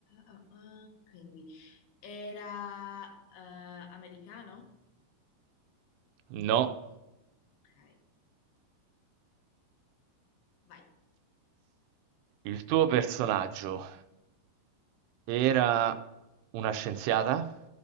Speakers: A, on the left (about 75°); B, on the right (about 85°).
A: ah, ah, quindi era eh, americano?
B: No.
A: Ok, vai.
B: Il tuo personaggio era una scienziata?